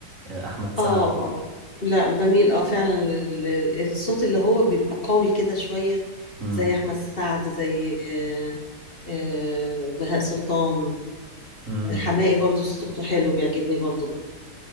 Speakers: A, on the right (about 50°); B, on the left (about 35°).
A: آه احمد سعد
B: اه اه لا بميل اه فعلا لل- لل- الصوت اللي هو بيبقى قوي كده شويه
A: مم.
B: زي احمد سعد زي آه، آه، بهاء سلطان
A: مم.
B: حماقي برضه صوته حلو بيعجبني برضه